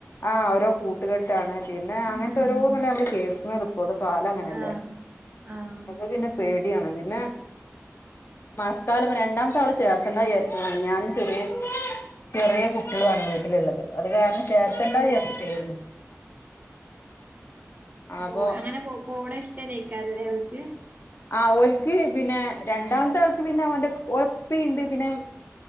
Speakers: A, on the left; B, on the right.
A: ആഹ് ഓരോ കൂട്ടുകെട്ടാണ് പിന്നെ അങ്ങനത്തെ
B: ആഹ്
A: ഒരോന്നല്ലെ നമ്മള് കേൾക്കുന്നത് ഇപ്പള്ള കാലം അങ്ങനെയല്ലേ
B: ആഹ് ആഹ്
A: അപ്പൊ പിന്നെ പേടിയാണ് പിന്നെ മഴക്കാലം രണ്ടാമത്താള ചേർത്തേണ്ട വിചാരിച്ചതാണ് ഞാനും ചെറിയ ചെറിയ കുട്ടികളാണ് വീട്ടിലുള്ളത് അത് കാരണം ചേർത്തണ്ടാ ചേർത്ത് ചേരുന്നു അപ്പൊ
B: ഉ അങ്ങനെ പോ പോണെ ഇഷ്ട്ട <unintelligible> അവൾക്ക്
A: ആ ഓൽക്ക് പിന്നെ രണ്ടാമത്തെ ആൾക്ക് പിന്നെ അവന്റെ ഉറപ്പുണ്ട് പിന്നെ